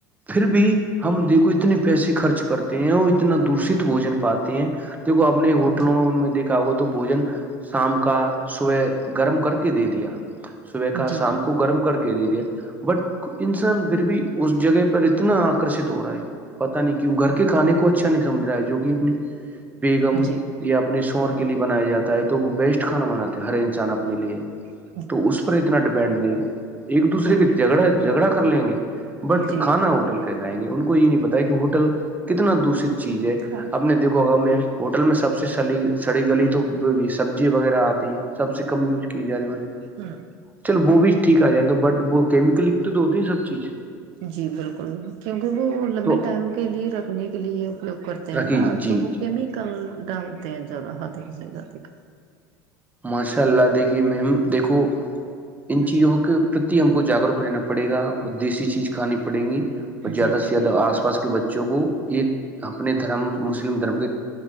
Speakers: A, on the right; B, on the right.
A: پھر بھی ہم دیکھو اتنے پیسے خرچ کرتے ہیں اور اتنا دشت بوجن پاتے ہیں دیکو اپنے ہوٹلوں
B: جی
A: میں ان میں دیک آگو تو بوجن شام کا صبح گرم کر کے دے دیا صبح کا
B: جی
A: شام
B: جی
A: کو
B: بالکل
A: گرم کر کے دےجیا بٹ انسان پھر بھی اس جگہ پر اتنا آکرشت ہو رہا ہے پتا نہیں کیوں گھر کے کھانے کو اچھا نہیں سمجھ رہا ہے جو کہ اپنی بیگم
B: جی
A: یا اپنے شور کے لیے بنایا جاتا ہے تو وہ بیسٹ کھانا بناتے ہیں ہر انسان اپنے لیے
B: ج <inaudible>
A: تو اس پر اتنا ڈیپینڈ نہیں ایک دوسرے
B: جی
A: کے
B: جی
A: جگڑا جھگڑا کر لیں گے بٹ
B: جی
A: کھانا
B: بالکل
A: ہوٹل کاسے جائیں گے ان کو یہ نہیں پتا کہ ہوٹل کتنا دشت چیز ہے
B: ہاں
A: اپ نے دیک ہوگا میں ہوٹل میں سب سے س سڑی گلی تو سبزی وغیرہ آتی سب سے کم یوز کی جا رہی ہے م
B: ہاں <inaudible>
A: چل وہ بھی ٹھیک آ جائےا بٹ وہ کیمیکل کت تو ہوتی ن سب چیز
B: جی بالکل کیونکہ وہ لمبے
A: تو
B: ٹائم کے لیے رکھنے کے لیے اپیوگ کرتے ہیں
A: رکھی
B: نا
A: جی
B: تو وہ
A: جی
B: کیمیکل ڈالتے ہیں زیادہدک سے ادک
A: ماشاء اللہ دیکھیے میم دیکھو ان چیزوں
B: جی
A: کے پرتی ہم کو جاگروک رہنا پڑے گا اور دیسی چیز کھانی پڑے گی اور زیادہ
B: جی جی
A: سے زیادہ
B: بالکل
A: آس پاس کے بچوں کو یہ اپنے دھرم مسلم دھرم کے